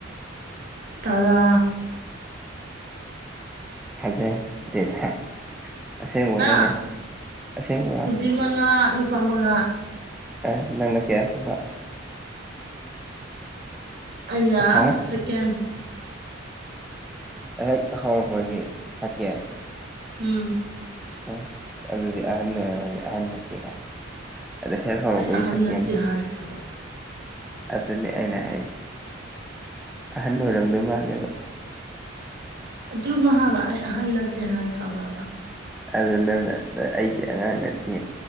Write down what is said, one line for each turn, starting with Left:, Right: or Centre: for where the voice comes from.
Right: ꯇꯔꯥ
Centre: ꯊꯥꯖꯗꯦꯗ ꯑꯁꯦꯡꯕꯥꯔꯅꯦ
Right: ꯑ
Centre: ꯑꯁꯦꯡꯕꯥꯔ
Right: ꯅꯨꯄꯤ ꯃꯉꯥ ꯅꯨꯄꯥ ꯃꯉꯥ
Centre: ꯑꯦ ꯅꯪꯅ ꯀꯌꯥꯁꯨꯨꯕ
Right: ꯑꯩꯅ
Centre: ꯍꯥ
Right: ꯁꯦꯀꯦꯟ
Centre: ꯍꯦꯛ ꯍꯧꯔꯛꯄꯒꯤ ꯁꯦꯀꯦꯟ
Right: ꯎꯝ
Centre: ꯑꯥ ꯑꯗꯨꯗꯤ ꯑꯍꯟ ꯑꯣꯏꯔꯒꯅꯤ ꯑꯍꯟ ꯅꯠꯇꯦꯒꯥꯏ ꯑꯥꯗ ꯍꯦꯛ ꯍꯧꯔꯛꯄꯒꯤ
Right: ꯑꯩ ꯑꯍꯟ
Centre: ꯁꯦꯀꯦꯟꯅꯤ
Right: ꯅꯠꯇꯦ ꯍꯥꯏꯈ꯭ꯔꯕ
Centre: ꯑꯗꯨꯅꯤ ꯑꯩꯅ ꯍꯥꯏ ꯑꯍꯜ ꯑꯣꯏꯔꯣꯝꯗꯣꯏ ꯃꯥꯜꯂꯦꯕ
Right: ꯑꯗꯨꯃ ꯍꯥꯏꯕ ꯑꯩ ꯑꯍꯟ ꯅꯠꯇꯦ ꯍꯥꯏꯈ꯭ꯔꯥꯕꯕ
Centre: ꯑꯗꯨ ꯅꯪꯅ ꯑꯩꯗꯤ ꯑꯉꯥꯡ ꯅꯠꯇꯦ